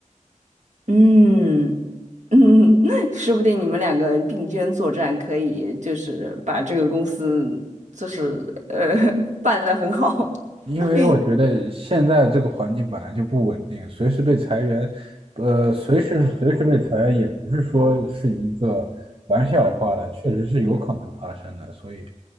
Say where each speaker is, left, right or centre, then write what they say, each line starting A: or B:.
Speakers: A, on the right (about 65°); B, on the right (about 45°).
A: 嗯嗯，<laughs> 说不定你们两个并肩作战，可以就是把这个公司就是呃 <laughs> 办得很好，
B: 因为我觉得现在这个环境本来就不稳定，
A: <laughs> 运营
B: 随时被裁员，呃，随时随时被裁员也不是说是一个玩笑话了，确实是有可能发生的，所以